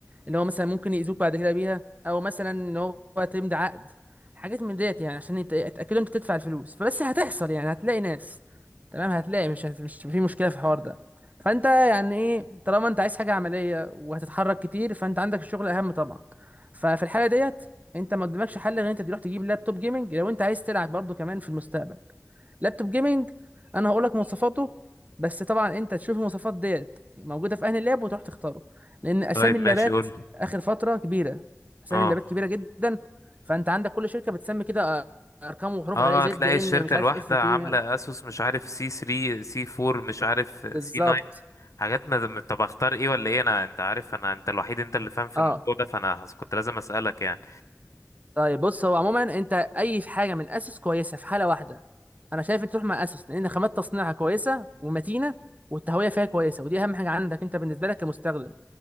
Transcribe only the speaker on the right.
اللي هو مثلا ممكن يأذوك بعد كده بيها او مثلا ان هو تمضي عقد حاجات من ديت يعني عشان يت- يتأكدوا انت تدفع الفلوس فبس هتحصل يعني هتلاقي ناس تمام هتلاقي مش هت... مش في مشكلة في الحوار ده فانت يعني ايه طالما انت عايز حاجة عملية وهتتحرك كتير فانت عندك الشغل اهم طبعا ففي الحالة ديت انت ما قدامكش حل غير انت تروح تجيب لابتوب جيمنج لو انت عايز تلعب برضه كمان في المستقبل لابتوب جيمنج انا هقول لك مواصفاته بس طبعا انت تشوف المواصفات ديت موجوده في اهل اللاب وتروح تختاره لان اسامي
اللابات
اخر فتره كبيره اسامي
اللابات كبيره جدا فانت عندك كل شركه بتسمي كده ارقام وحروف
غريبه زد
ان
مش عارف
اف تي
يعني.
بالظبط
اه
طيب بص هو عموما انت اي حاجه من اسس كويسه في حاله واحده انا شايف انت تروح مع اسس لان خامات تصنيعها كويسه ومتينه والتهويه فيها كويسه ودي اهم حاجه عندك انت بالنسبه لك كمستخدم